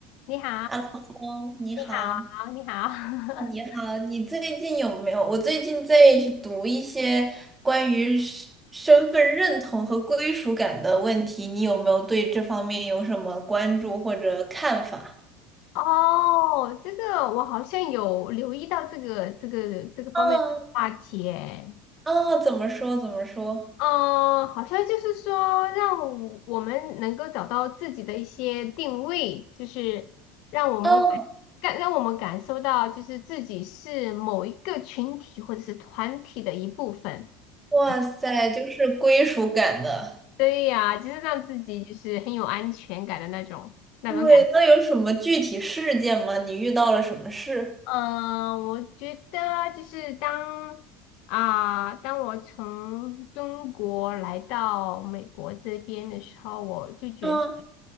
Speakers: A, on the left (about 60°); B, on the right (about 15°).
A: 你好，
B: Hello，你好，
A: 你好，你好。
B: 啊你好，你最近有没有？我最近在读一些关于身身份认同和归属感的问题，你有没有对这方面有什么关注或者看法？
A: <laughs> 哦，这个我好像有留意到这个这个这个方面的话题诶。
B: 嗯，哦，怎么说？怎么说？
A: 嗯，好像就是说让我我们能够找到自己的一些定位，就是让我们感感让我们感受到就是自己是某一个群体或者是团体的一部分。
B: 哦，哇塞，
A: 啊，
B: 就是归属感的。
A: 对呀，就是让自己就是很有安全感的那种那种感。
B: 对，那有什么具体事件吗？你遇到了什么事？
A: 嗯，我觉得就是当啊、当我从中国来到美国这边的时候，我就觉得
B: 嗯，